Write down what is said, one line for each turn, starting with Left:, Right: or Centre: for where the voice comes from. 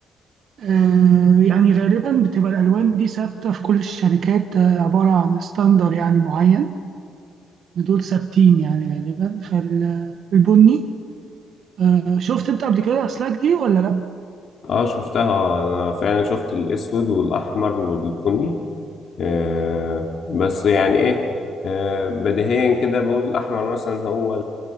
Right: آه، يعني غالبا بتبقى الألوان دي ثابتة في كل الشركات آه، عبارة عن ستاندر يعني معين دول ثابتين يعني غالبا فالبني آه، شفت أنت قبل كده أسلاك دي ولا لأ؟
Left: اه شفتها انا فعلا شفت الاسود والاحمر والبني آه بس يعني ايه آه بديهيا كده بقول الاحمر مثلا هو